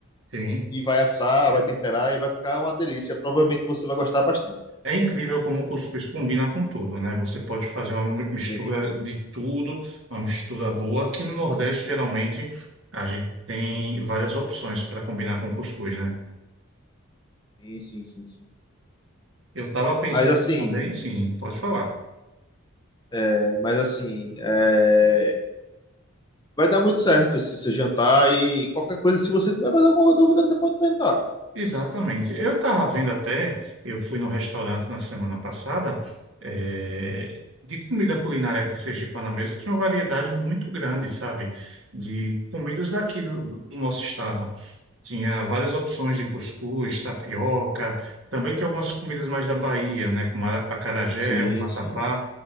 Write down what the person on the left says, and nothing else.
e vai assar, vai temperar e vai ficar uma delícia. Provavelmente você vai gostar bastante.
Sim,
sim, sim, sim, sim.
Mas assim,
é, mas assim, é, vai dar muito certo esse seu jantar e qualquer coisa, se você tiver mais alguma dúvida, você pode perguntar.
Sim,
sim.